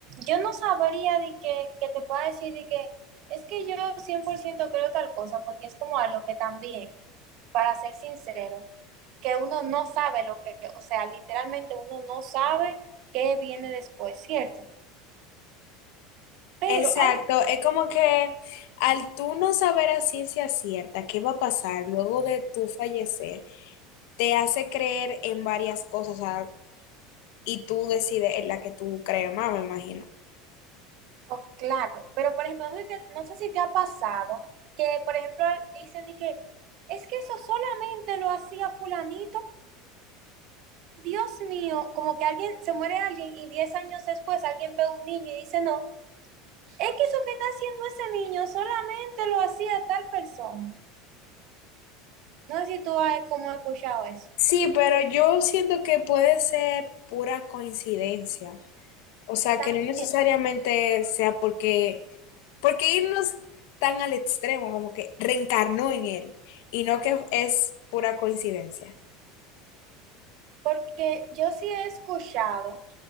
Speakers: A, on the right; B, on the left.
A: Yo no sabría de que, que te pueda decir de que es que yo 100% creo tal cosa, porque es como algo que también para ser sincero, que uno no sabe lo que, o sea, literalmente uno no sabe qué viene después, ¿cierto? Pero
B: Exacto,
A: hay,
B: es como que al tú no saber a ciencia cierta qué va a pasar luego de tu fallecer, te hace creer en varias cosas, o sea, y tú decides en la que tú crees más, me imagino.
A: oh, claro, pero por ejemplo, no sé, si te- no sé si te ha pasado que, por ejemplo, dicen de que es que eso solamente lo hacía fulanito. Dios mío, como que alguien se muere alguien y 10 años después alguien ve a un niño y dice, no, es que eso que está haciendo ese niño solamente lo hacía tal persona. No sé si tú has como escuchado eso.
B: Sí, pero yo siento que puede ser pura coincidencia. O sea,
A: También.
B: que no necesariamente sea porque, porque irnos tan al extremo, como que reencarnó en él, y no que es pura coincidencia.
A: Porque yo sí he escuchado,